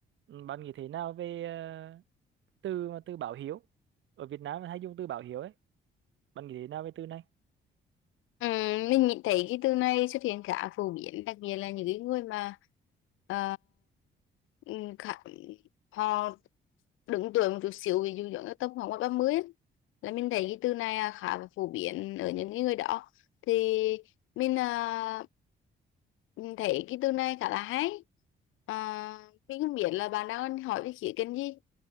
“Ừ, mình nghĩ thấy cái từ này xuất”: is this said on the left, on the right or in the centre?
Left